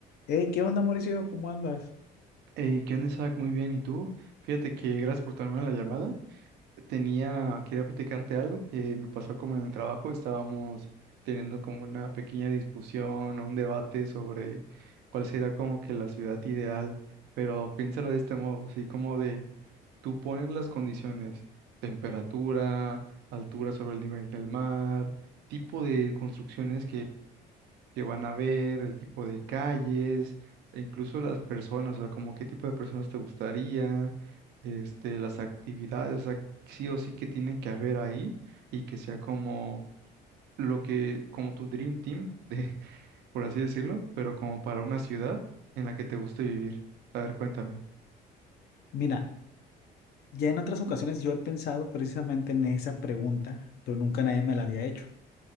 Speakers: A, on the left (about 70°); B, on the right (about 80°).
A: Hey, ¿qué onda, Mauricio? ¿Cómo andas?
B: Hey, ¿qué onda, Isaac? Muy bien. ¿Y tú? Fíjate que gracias por tomarme la llamada. Tenía, quería platicarte algo que me pasó como en el trabajo. Estábamos teniendo como una pequeña discusión o un debate sobre cuál será como que la ciudad ideal. Pero piénsalo de este modo, así como de tú pones las condiciones, temperatura, altura sobre el nivel del mar, tipo de construcciones que van a ver, el tipo de calles, e incluso las personas, o sea, como qué tipo de personas te gustaría, este, las actividades, o sea, sí o sí que tienen que haber ahí y que sea como lo que, como tu dream team, de, <laughs> por así decirlo, pero como para una ciudad en la que te guste vivir. A ver, cuéntame.
A: Mira, ya en otras ocasiones yo he pensado precisamente en esa pregunta, pero nunca nadie me la había hecho.